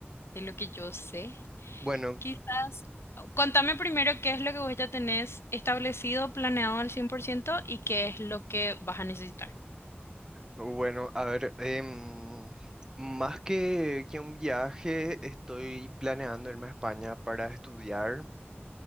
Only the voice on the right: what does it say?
Bueno,
Bueno, a ver, em, más que, que un viaje, estoy planeando irme a España para estudiar.